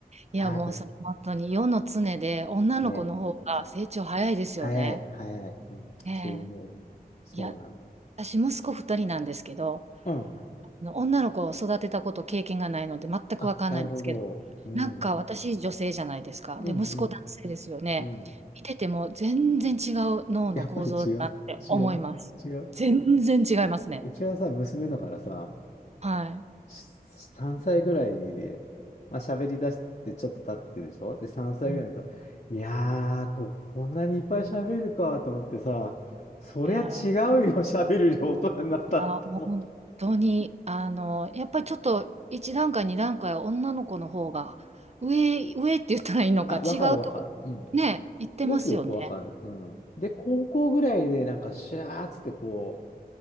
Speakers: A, on the right; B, on the left.
A: いや、
B: 多分。
A: もうそれ本当に世の常で女の子の方が成長早いですよね。
B: ね。早い、早い。うん、
A: ねえ。
B: そう思う。そうなんだよ。
A: いや、私息子二人なんですけど、
B: うん。
A: あの女の子を育てたこと経験がないので全くわかんないんですけど、
B: あ、なるほど。うん。
A: なんか私女性じゃないですか。
B: うん、うん、
A: で、息子男性ですよね。
B: うん。
A: 見てても全然違う脳の構造だなって思います。
B: やっぱり違う違う違う。
A: 全然違いますね。
B: うちはさ、娘だからさ、
A: はい。
B: 3歳ぐらいで、まあ、喋り出してちょっと経ってるでしょで、3歳ぐらいだと、
A: うん、
B: いやー、こ、こんなにいっぱい喋るかと思ってさ、そりゃ違うよ、
A: いやー、い
B: <laughs> 喋る量大人になったって思って。
A: やー本当に、あの、やっぱりちょっと一段階、二段階は女の子の方が上、上って言ったらいいのか、
B: あ、
A: 違うとこ、
B: わかるわかる。うん。す
A: ね、言ってますよね。
B: ごくよくわかる。うん。で、高校ぐらいでなんかシャーっつってこう、